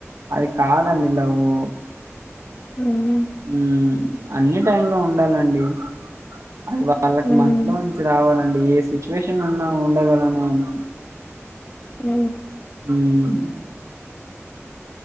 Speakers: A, on the right; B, on the left.
A: అది కాదండి డబ్బు
B: హ్మ్.
A: ఉ అన్ని టైమ్ లో ఉండాలండి అది వాళ్ళకి
B: హ్మ్. హ్మ్.
A: మనసులో నుంచి రావాలండి ఏ సిచ్యువేషన్ ఉన్నా ఉండగలను అని
B: ఉ
A: హ్మ్.